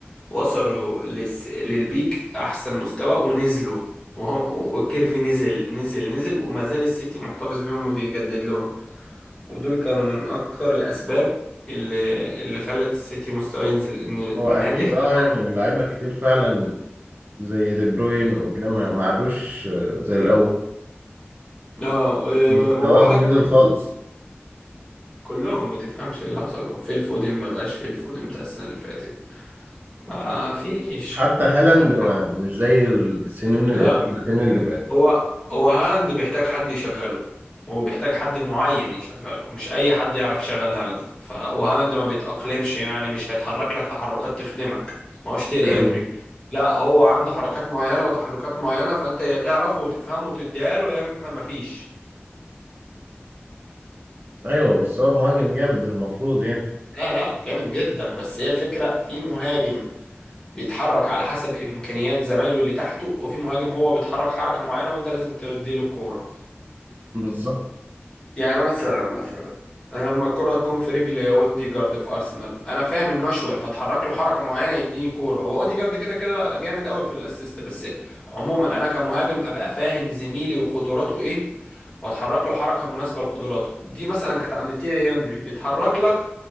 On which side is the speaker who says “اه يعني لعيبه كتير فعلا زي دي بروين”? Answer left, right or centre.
Right